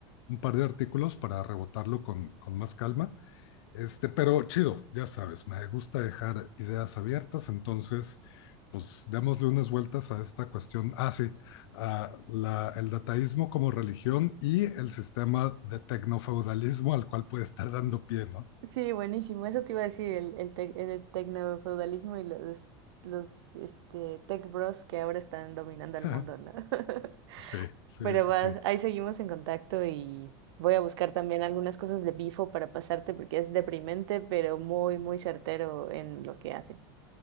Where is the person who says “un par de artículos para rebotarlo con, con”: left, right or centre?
Left